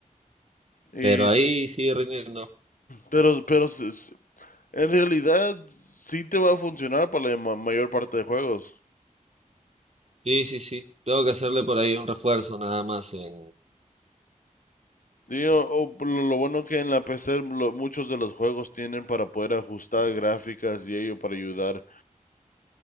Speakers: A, on the left (about 80°); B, on the right (about 50°).
A: Y,
B: Pero ahí sigue rindiendo.
A: pero, pero s- s- en realidad sí te va a funcionar para la ma- mayor parte de juegos.
B: Sí, sí, sí. Tengo que hacerle por ahí un refuerzo nada más en,
A: Digo, o por lo lo bueno que en la PC lo- muchos de los juegos tienen para poder ajustar gráficas y ello para ayudar.